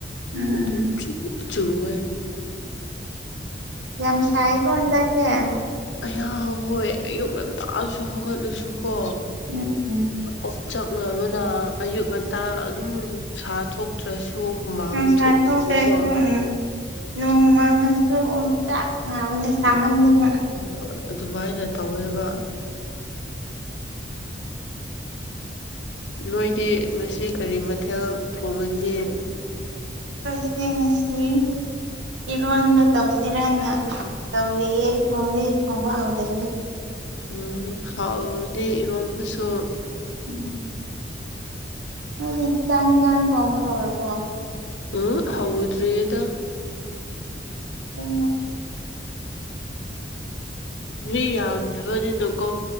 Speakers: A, on the right; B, on the left.
A: ꯎꯝ
B: ꯑꯗꯨꯝ ꯆꯨꯍ
A: ꯌꯥꯝ ꯁꯥꯏꯀꯣꯗꯁꯦ
B: ꯑꯍ ꯍꯣꯏ ꯑꯌꯨꯛ ꯌꯥꯝ ꯇꯥꯛꯑꯁꯨ ꯍꯧꯒꯠꯂꯁꯨ ꯀꯣ
A: ꯎꯝ ꯎꯝ
B: ꯑꯣꯠ ꯆꯪꯅꯕꯅ ꯑꯌꯨꯛ ꯉꯟꯇꯥ ꯑꯗꯨꯝ ꯁꯥ ꯊꯣꯛꯇ꯭ꯔꯁꯨ ꯍꯨꯃꯥꯡ
A: ꯑ ꯁꯥꯊꯇꯁ
B: ꯊꯣꯛꯄꯀꯣ
A: ꯎ ꯅꯣꯡ ꯃꯥꯉꯁꯨ ꯑꯣꯝ ꯆꯅꯦ ꯁꯃꯟꯅ
B: ꯑꯣ ꯑꯗꯨꯃꯥꯏꯅ ꯇꯧꯋꯦꯕ ꯅꯣꯏꯗꯤ ꯉꯁꯤ ꯀꯔꯤ ꯃꯊꯦꯜ ꯊꯣꯡꯉꯟꯒꯦ
A: ꯑꯩꯣꯏꯁꯤꯡꯦꯡ ꯑꯁꯤ ꯏꯔꯣꯟꯕ ꯇꯧꯁꯤꯔꯅ ꯇꯧꯔꯤꯌꯦ ꯊꯣꯡꯗ ꯊꯣꯡꯕ ꯍꯧꯗꯔꯤ
B: ꯎꯝ ꯍꯥꯎꯗꯤ ꯏꯔꯣꯝꯕꯁꯨ
A: ꯎꯝ ꯍꯧꯖꯤꯛ ꯆꯥꯡ ꯇꯥꯡ ꯊꯣꯡꯕ ꯍꯧꯔꯕꯣ
B: ꯎ ꯍꯥꯎꯗ꯭ꯔꯤ ꯑꯗ
A: ꯎꯝ ꯑꯣ
B: ꯃꯤ ꯌꯥꯝꯕꯅꯤꯅꯨꯀꯣ